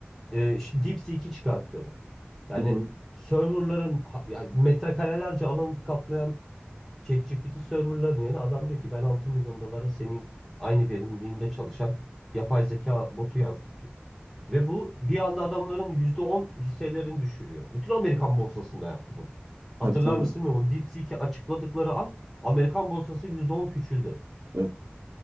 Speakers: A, in the centre; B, on the right.
A: e, işte DeepSeek'i çıkartıyorlar. Yani
B: Hı hı.
A: serverların ha- yani metrekarelerce alanı kaplayan ChatGPT serverların yerine adam diyor ki ben 6 milyon dolara senin aynı verimliliğinde çalışan yapay zeka botu yazdım diyor. Ve bu bir anda adamların %10 hisselerini düşürüyor. Bütün Amerikan borsasında yaptı bunu. Hatırlar
B: Tabii, tabii.
A: mısın bilmiyorum. O DeepSeek'i açıkladıkları an Amerikan borsası %10 küçüldü.
B: Evet.